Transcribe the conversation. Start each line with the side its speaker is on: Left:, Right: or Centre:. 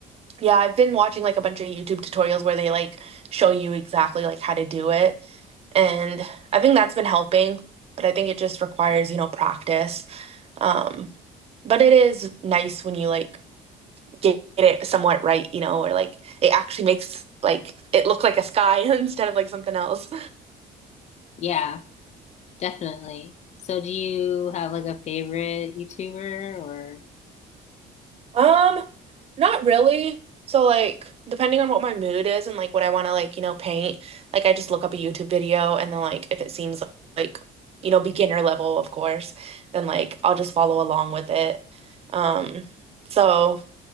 Right: yeah, I've been watching like a bunch of YouTube tutorials where they like show you exactly like how to do it. And I think that's been helping, but I think it just requires, you know, practice. Um, but it is nice when you like get it somewhat right, you know, or like it actually makes like it look like a sky <laughs> instead of like something else.
Left: Yeah, definitely. So do you have like a favorite YouTuber or
Right: Um, not really. So like depending on what my mood is and like what I want to like, you know, paint, like I just look up a YouTube video and then like if it seems like, you know, beginner level, of course, then like I'll just follow along with it. Um, so